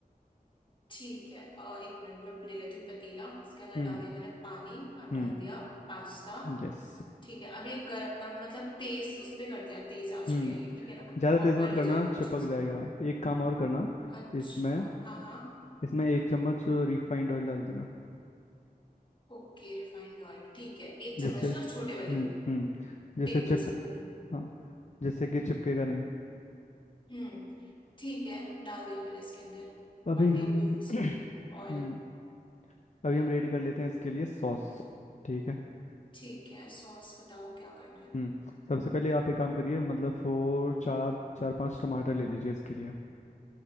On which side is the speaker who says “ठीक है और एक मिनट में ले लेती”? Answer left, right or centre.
Left